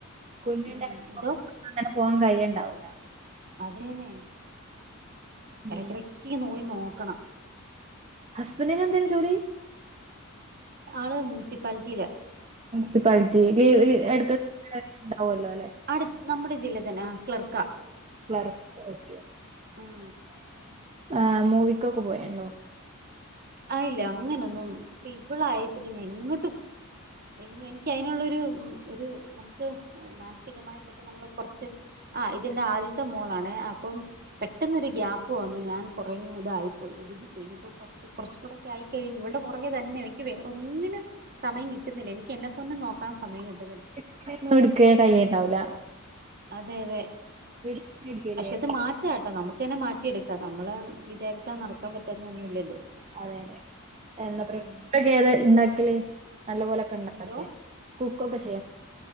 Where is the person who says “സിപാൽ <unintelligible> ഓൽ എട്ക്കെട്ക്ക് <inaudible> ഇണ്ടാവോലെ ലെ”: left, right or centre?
Right